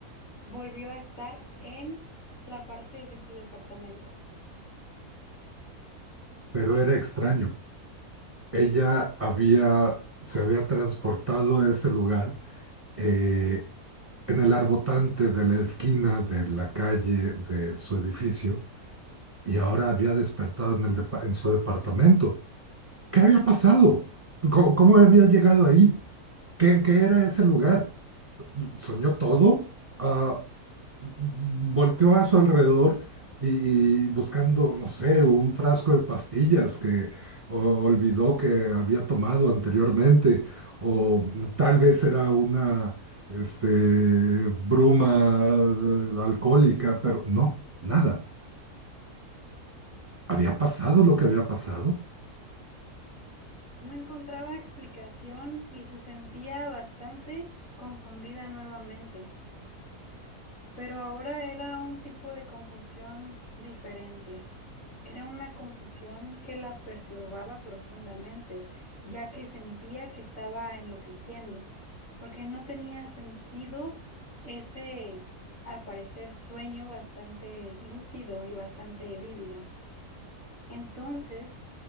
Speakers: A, on the left; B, on the right.
A: volvió a estar en la parte de su departamento.
B: pero era extraño. Ella había, se había transportado a ese lugar eh, en el arbotante de la esquina de la calle de su edificio y ahora había despertado en, el depa- en su departamento. ¿Qué había pasado? ¿Cómo, cómo había llegado ahí? ¿Qué, qué era ese lugar? soñó todo, ah, volteó a su alrededor y, y buscando, no sé, un frasco de pastillas que o- olvidó que había tomado anteriormente, o tal vez era una este, bruma eh, alcohólica, pero no, nada. Había pasado lo que había pasado.
A: No encontraba explicación y se sentía bastante confundida nuevamente, pero ahora era un tipo de confusión diferente. Era una confusión que la perturbaba profundamente, ya que sentía que estaba enloqueciendo, porque no tenía sentido ese, al parecer, sueño bastante lúcido y bastante vívido. Entonces